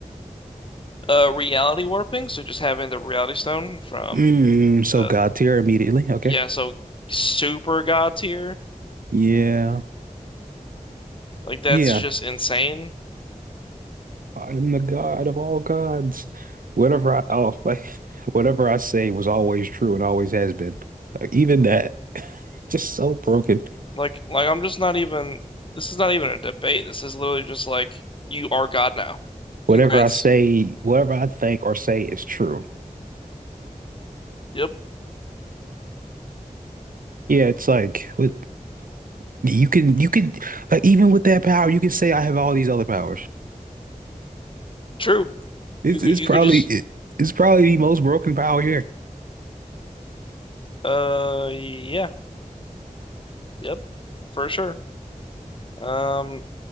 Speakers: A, on the left; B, on the right.
A: Uh reality warping, so just having the reality stone from
B: Mm, so
A: uh,
B: God tier immediately. Okay.
A: yeah, so super god tier
B: Yeah.
A: Like that's
B: Yeah.
A: just insane.
B: I am the God of all gods. Whatever I, oh, <laughs> like whatever I say was always true and always has been. Like, even that, <laughs> just so broken.
A: Like like I'm just not even this is not even a debate. This is literally just like you are God now.
B: Whatever
A: Congrats.
B: I say, whatever I think or say is true.
A: Yep.
B: Yeah, it's like with you can you can like even with that power, you can say I have all these other powers.
A: True.
B: It's
A: You could
B: it's
A: you
B: probably
A: could just
B: it, it's probably the most broken power here.
A: uh yeah. Yep. For sure. Um